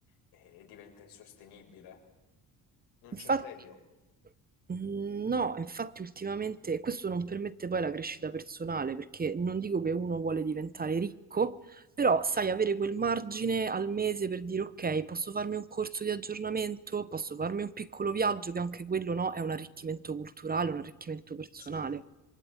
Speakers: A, on the left; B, on the right.
A: e, diventa insostenibile. Non
B: Infatti.
A: c'è premio.
B: Mm, No, infatti ultimamente questo non permette poi la crescita personale, perché non dico che uno vuole diventare ricco, però sai, avere quel margine al mese per dire ok, posso farmi un corso di aggiornamento, posso farmi un piccolo viaggio, che anche quello no, è un arricchimento culturale, un arricchimento personale.
A: Sì.